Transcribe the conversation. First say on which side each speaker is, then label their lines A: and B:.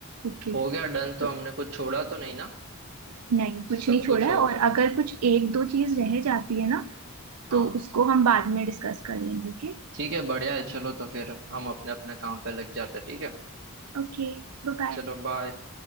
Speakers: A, on the right; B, on the right.
A: ओके
B: हो गया डन तो
A: तो
B: हमने कुछ छोड़ा तो नहीं ना
A: नहीं कुछ
B: सब
A: नहीं छोड़ा
B: कुछ
A: है
B: हो
A: और
B: गया
A: अगर कुछ एक दो चीज रह जाती है ना
B: हाँ
A: तो उसको हम बाद में डिस्कस कर लेंगे ओके
B: ठीक है बढ़िया है चलो तो फिर हम अपने अपने काम पे लग जाते हैं ठीक है
A: Okay bye bye.
B: चलो बाय